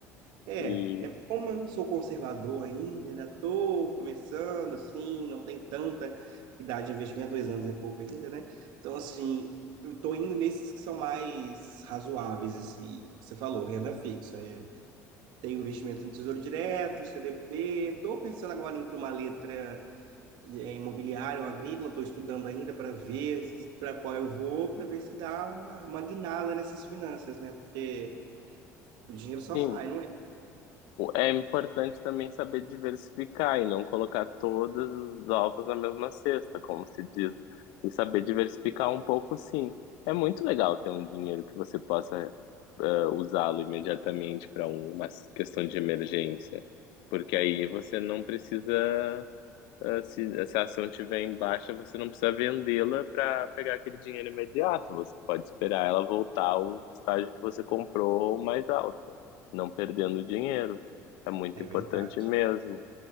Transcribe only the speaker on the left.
E,
sim,
O- É importante também saber diversificar e não colocar todos os ovos na mesma cesta, como se diz. E saber diversificar um pouco, sim. É muito legal ter um dinheiro que você possa eh, usá-lo imediatamente para uma questão de emergência, porque aí você não precisa. Ah, Se, se a ação tiver em baixa, você não precisa vendê-la para pegar aquele dinheiro imediato. Você pode esperar ela voltar ao estágio que você comprou mais alto, não perdendo dinheiro. É muito
importante
mesmo.